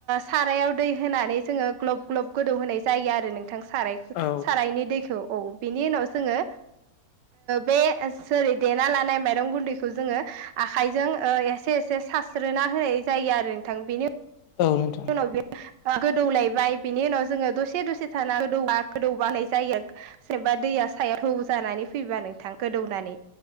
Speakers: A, on the right (about 90°); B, on the left (about 75°).
A: सारायाव दै होनानै जोङो ग्लब ग्लब गोदौ होनाय जायो आरो नों नोंथां साराय
B: औ
A: सारायनि दैखौ औ बिनि उनाव जोङो बे जेरै देना लानाय माइरं गुन्दैखौ जोङो आखाइजों एसे एसे सारस्रोना होनाय जायो आरो बेनि
B: औ नोंथां
A: उनाव गोदौलायबाय बिनि उनाव जोङो दसे दसे थाना गोदौ गोदौ होनाय जायो जेनेबा दै दैया सायाव थौ जानानै फैबा नोंथां गोदौनानै